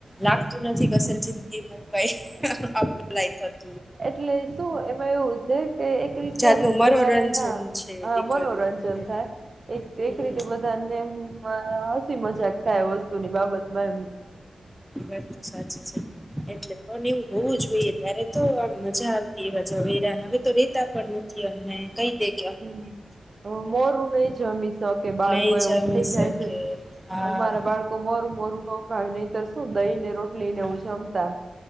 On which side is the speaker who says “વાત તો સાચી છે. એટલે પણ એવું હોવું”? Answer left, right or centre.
Centre